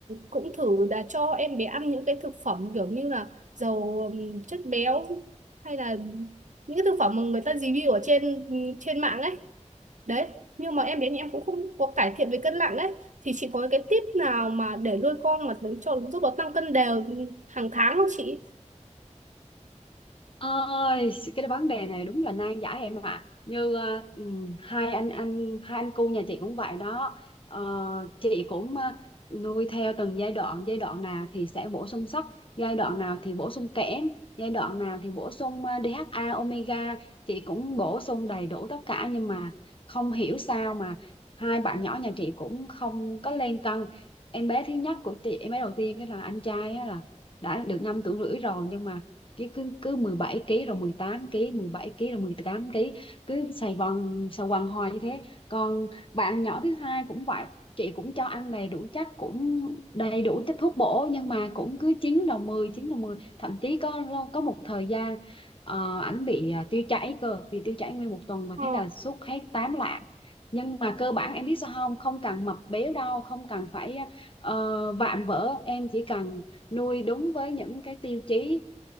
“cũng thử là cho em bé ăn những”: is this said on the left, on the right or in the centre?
Right